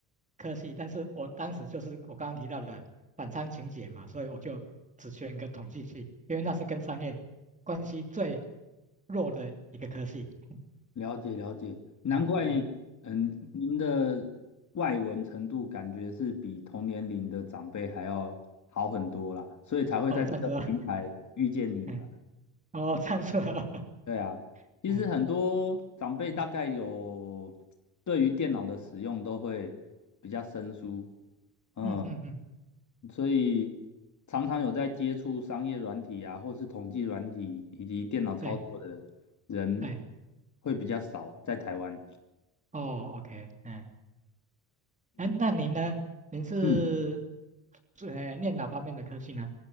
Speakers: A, on the right (about 15°); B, on the left (about 35°).
A: 科系，但是我当时就是我刚刚提到的反常情节嘛，所以我就只选一个统计系，因为那是跟商业关系最弱的一个科系。<laughs>
B: 了解了解，难怪，
A: 嗯嗯嗯。
B: 嗯，您的外文程度感觉是比同年龄的长辈还要好很多啦，所以才会在这个平台遇见您啊。
A: 哦，站着啊，嗯，哦，站着啊，
B: 对啊，
A: <laughs>
B: 其实很多长辈大概有对于电脑的使用都会比较生疏，
A: 嗯嗯
B: 嗯，
A: 嗯嗯嗯，
B: 所以常常有在接触商业软体啊，或是统计软体以及电脑操作的人
A: 对对，
B: 会比较少，
A: 嗯，
B: 在台湾。
A: 哦，OK，嗯，哎，那您呢？您是
B: 嗯，
A: 呃念哪方面的科系呢？